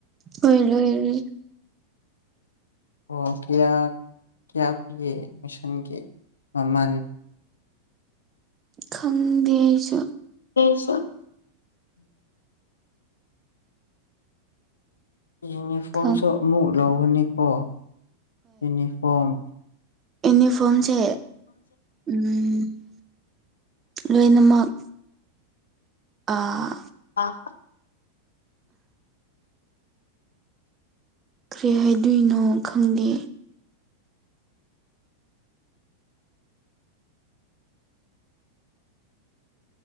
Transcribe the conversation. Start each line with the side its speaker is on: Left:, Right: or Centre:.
Right: ꯍꯣꯏ ꯂꯣꯏꯔꯦ
Left: ꯑꯣ ꯀ꯭ꯌꯥ ꯀ꯭ꯌꯥ ꯄꯤꯌꯦ ꯑꯦꯃꯤꯁꯟꯒꯤ ꯃꯃꯜ
Right: ꯈꯪꯗꯦ ꯑꯩꯁꯨ
Left: ꯑꯩꯁꯨ ꯌꯨꯅꯤꯐꯣꯔꯝꯁꯨ
Right: ꯈꯪ
Left: ꯑꯃꯨꯛ ꯂꯧꯒꯅꯤꯀꯣ ꯌꯨꯅꯤꯐꯣꯔꯝ
Right: ꯏꯅꯤꯐꯣꯔꯝꯁꯦ ꯎꯝ ꯂꯣꯏꯅꯃꯛ ꯑꯥ
Left: ꯑꯥ
Right: ꯀ꯭ꯔꯤ ꯍꯥꯏꯗꯨꯏꯅꯣ ꯈꯪꯗꯦ